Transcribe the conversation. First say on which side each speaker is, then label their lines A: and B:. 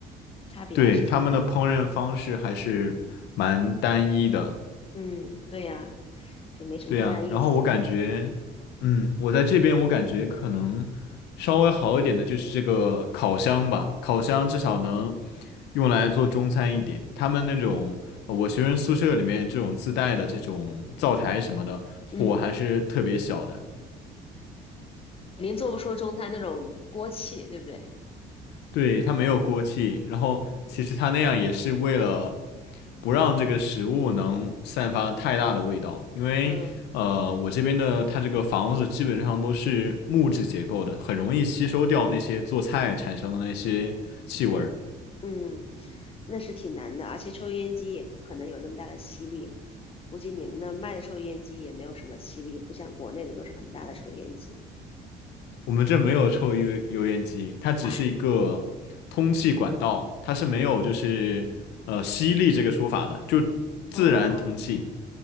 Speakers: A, on the left; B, on the left.
A: 差别还是挺大的。
B: 对，他们的烹饪方式还是蛮单一的，
A: 嗯，对呀，就没什么太大意思。
B: 对呀。然后我感觉，嗯，我在这边我感觉可能稍微好一点的就是这个烤箱吧，烤箱至少能用来做中餐一点。他们那种呃我学生宿舍里面这种自带的这种灶台什么的，火还是特别小的，
A: 嗯。肯定做不出中餐那种锅气，对不对？
B: 对，它没有锅气，然后其实它那样也是为了。不让这个食物能散发太大的味道，因为呃，
A: 嗯
B: 我这边的它这个房子基本上都是木质结构的，很容易吸收掉那些做菜产生的那些气味儿。
A: 嗯，那是挺难的，而且抽油烟机也不可能有那么大的吸力，估计你们那卖的抽油烟机也没有什么吸力，不像国内的都是很大的抽油烟机。
B: 我们这没有抽油油烟机，它只是一个通气管道，
A: 哎，
B: 它是没有就是呃吸力这个说法的，就自然通气。
A: 哦，